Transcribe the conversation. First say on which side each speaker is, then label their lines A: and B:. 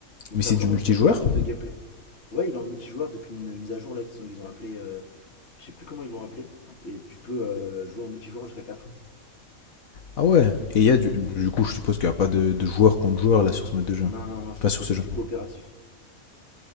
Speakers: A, on the left; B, on the left.
A: Donc,
B: Mais
A: t'as
B: c'est
A: vraiment
B: du multijoueur
A: différents types de gameplay. Ouais, il est en multijoueur depuis une mise à jour là, qu'ils sont- ils ont appelé. euh, je sais plus comment ils l'ont appelé. Et tu peux euh, jouer en multijoueur jusqu'à quatre
B: Ah ouais. Et il y a du du coup je suppose qu'il n'y a pas de, de joueur contre joueur là sur ce mode de jeu.
A: Non, non, non, je crois
B: enfin sur
A: que c'est
B: ce
A: que
B: jeu.
A: du coopératif.